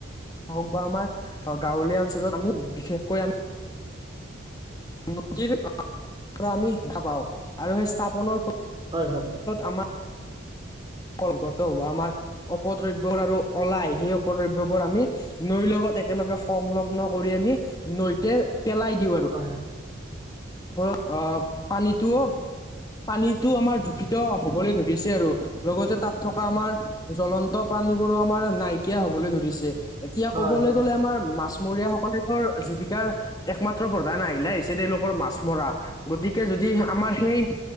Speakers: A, on the left; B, on the right.
A: হওক বা আমাৰ আ গাঁৱলীয়া অঞ্চলত আমি বিশেষকৈ আমি নদীৰ পৰা আমি দেখা পাওঁ আৰু সেই স্থাপনৰ ফল
B: হয়, হয়।
A: আমা কগত হোৱা আমাৰ অপদ্ৰব্যৰ আৰু ওলাই সেই অপদ্ৰব্যবোৰ আমি নৈৰ লগত একেলগে সংলগ্ন কৰি আমি নৈতে পেলাই দিওঁ আৰু
B: হয়, হয়।
A: ফলত অ' পানীটোও পানীতো আমাৰ দূষিত হ'বলৈ ধৰিছে আৰু লগতে তাত থকা আমাৰ জ্বলন্ত প্ৰাণী বোৰো আমাৰ নাইকিয়া হ'বলৈ ধৰিছে। এতিয়া
B: হয়
A: ক'বলৈ
B: হয় হয়
A: গ'লে আমাৰ মাছমৰীয়া সকলে অৰ জীৱিকাৰ একমাত্ৰ প্ৰধান আহিলা আহিলা হৈছে। তেওঁলোকৰ মাছ মৰা। গতিকে যদি আমাৰ সেই